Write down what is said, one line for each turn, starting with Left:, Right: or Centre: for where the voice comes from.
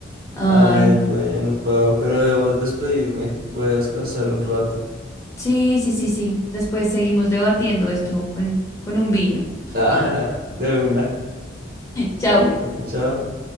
Left: Ay,
Right: Ay,
Left: no.
Right: bueno, Pau, pero debo despedirme. Voy a descansar un rato. <laughs>
Left: Sí, sí, sí, sí. Después seguimos debatiendo esto con, con un vino.
Right: Ah,
Left: Ah,
Right: de una.
Left: chao.
Right: Bueno, chao.